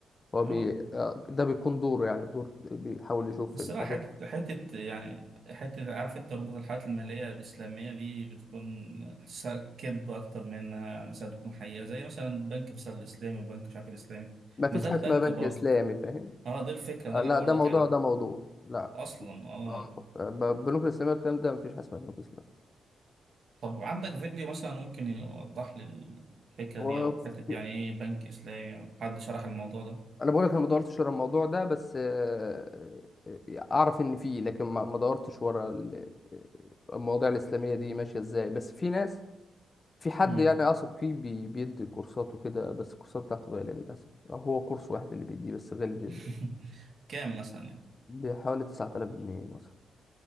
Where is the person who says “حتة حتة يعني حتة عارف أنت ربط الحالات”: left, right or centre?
Right